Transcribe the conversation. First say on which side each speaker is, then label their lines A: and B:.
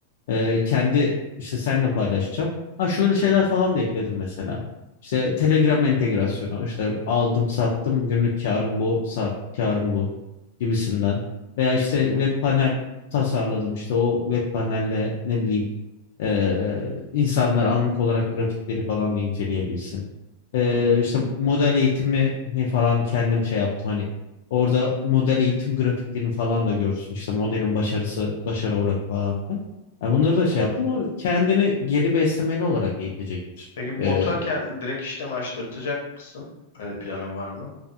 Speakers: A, on the left; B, on the left.
A: ee, kendi işte seninle paylaşacağım. Ha şöyle şeyler
B: Hı hı.
A: falan da ekledim mesela. İşte Telegram entegrasyonu işte aldım sattım günlük karım bu saat karım bu gibisinden. Veya işte
B: Hı hı.
A: web panel tasarladım işte o web panelle ne bileyim ee, insanlar anlık olarak grafikleri falan da inceleyebilsin. Ee,
B: Hı hı.
A: işte model eğitimi falan kendim şey yaptım hani orada model eğitim grafiklerini falan da görsün işte modelin başarısı başarı oranı falan filan. Yani bunları da şey
B: Hı hı.
A: yaptım o kendini geri beslemeli olarak eğitecektir.
B: Peki
A: Ee,
B: botu direkt işlem açtırtacak mısın? Öyle planın var mı?